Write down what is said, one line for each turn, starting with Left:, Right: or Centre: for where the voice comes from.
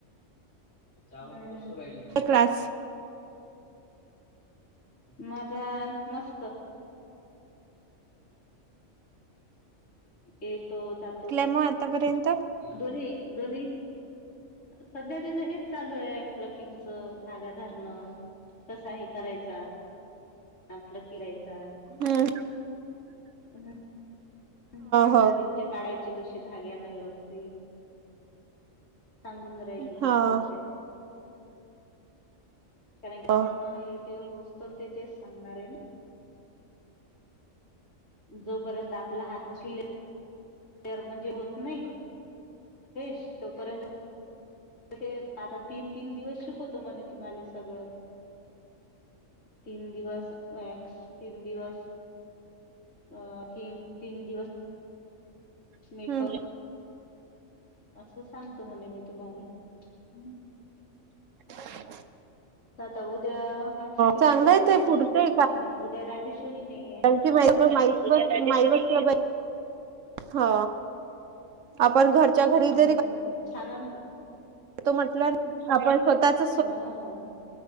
Left: चावत बसू राहिली
Right: क्लास
Left: माझा मस्त येतो जा
Right: क्ल मग आतापर्यंत
Left: दोन् दोन्ही सध्या तिचं हेच चालू आहे प्लकिंग चं धागा धरणं कसा हे करायचा आपला खिळायचा
Right: हो
Left: <unintelligible>
Right: हो
Left: पाडायचे कशे धाग्यांना व्यवस्थित सांगून राहिली
Right: हो
Left: ताई सध्या कार पकडनं
Right: हो
Left: हे ते होस तर ते तेच सांगणार आहे जोपर्यंत आपला हातचीलेर म्हणजे होत नाही फ्रेश तोपर्यंत ते आता तीन तीन दिवस शिकवतो म्हणे तुम्हाले सगळं तीन दिवस वॅक्स तीन दिवस अ, तीन, तीन दिवस.
Right: हम्म
Left: मेकअप. असं सांगतो म्हणे मी तुम्हाले. हम्म
Right: <unintelligible>
Left: आता उद्या व्यक्स शिकवतो
Right: चांगलं
Left: म्हणे,
Right: आहे ते पुरतंय
Left: पण उद्या राजेश्वरी नाहीय.
Right: ती बाई बं माई, माई बसतीया बघ. हा आपण घरच्या घरी
Left: हम्म
Right: जरी
Left: सामान
Right: तो म्हटलं, आप स्वतःच
Left: हा.